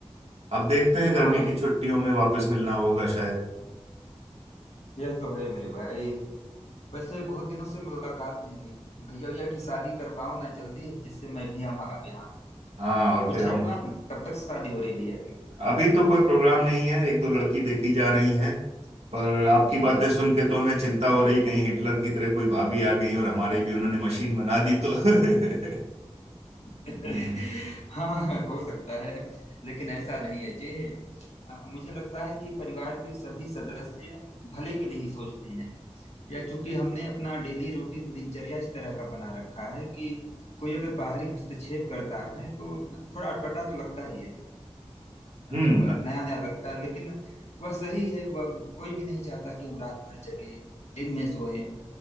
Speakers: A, on the right (about 70°); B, on the left (about 75°).
A: अब देखते हैं गर्मी
B: हाँ
A: की
B: इस-
A: छुट्टियों में वापस मिलना होगा शायद
B: यह तो है मेरे भाई वैसे बहुत दिनों से मुलाकात नहीं हुई भैया भैया की शादी करवाओ ना जल्दी जिससे मैं भी आऊँ आप यहाँ
A: हाँ
B: तो
A: और
B: कुछ
A: फिर हम
B: है प्लान कब तक शादी हो रही भैया की
A: अभी तो कोई प्रोग्राम नहीं है एक दो लड़की देखी जा रही हैं पर आपकी
B: जी
A: बातें
B: जी
A: सुन के तो हमें चिंता हो रही कहीं हिटलर की तरह कोई भाभी आ गई और हमारी भी उन्होंने मशीन बना दी तो <laughs>
B: <laughs>
A: हम्म
B: हाँ हो सकता है लेकिन ऐसा नहीं है जी अ, मुझे लगता है कि परिवार के सभी सदस्य भले के लिए ही सोचते हैं या चूंकि हमने अपना डेली रूटीन दिनचर्या इस तरह का बना रखा है कि कोई अगर बाहरी हस्तक्षेप करता है तो थोड़ा अटपटा तो लगता ही है मतलब
A: हम्म,
B: नया नया लगता है लेकिन वह सही है वह कोई भी नहीं चाहता कि हम रात भर जगें दिन में सोएं